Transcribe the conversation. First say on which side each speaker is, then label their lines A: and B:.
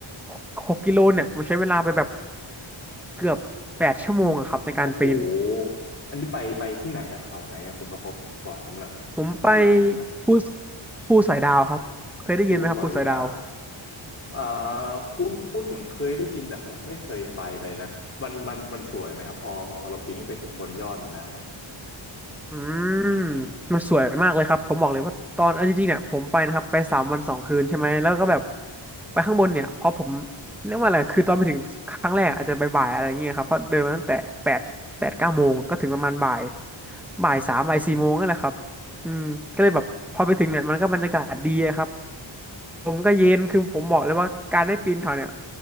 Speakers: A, in the centre; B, on the left.
A: หกหกกิโลเนี่ยผมใช้เวลาไปแบบเกือบแปดชั่วโมงอะครับในการปีน
B: โอ้โหอันนี้ไปไปที่ไหนอะเขาไหนอะคุณประภพบบอกผมหน่อย
A: ผมไป
B: ป้ายยาผมหนะ
A: ภูภูสอยดาวครับเคยได้ยินไหมครับภูสอยดาว
B: ภูสอยดาว เอ่อคุ้นคุ้นเหมือนเคยได้ยินแต่ผมไม่เคยไปเลยนะมันมันมันสวยไหมครับพอพอเราปีนขึ้นไปถึงบนยอดมันแล้วอ่ะ
A: อืมมันสวยมากเลยครับผมบอกเลยว่าตอนเอาจริงๆเนี่ยผมไปนะครับไปสามวันสองคืนใช่ไหมแล้วก็แบบไปข้างบนเนี่ยเพราะผมเรียกว่าอะไรคือตอนไปถึงครั้งแรกอาจจะบ่ายๆอะไรอย่างเงี้ยครับเพราะเดินมาตั้งแต่แปดแปดเก้าโมงก็ถึงประมาณบ่ายบ่ายสามบ่ายสี่โมงนั่นแหละครับอืมก็เลยแบบพอไปถึงเนี่ยมันก็บรรยากาศดีอะครับผมก็เย็นคือผมบอกเลยว่าการได้ปีนเขาเนี่ย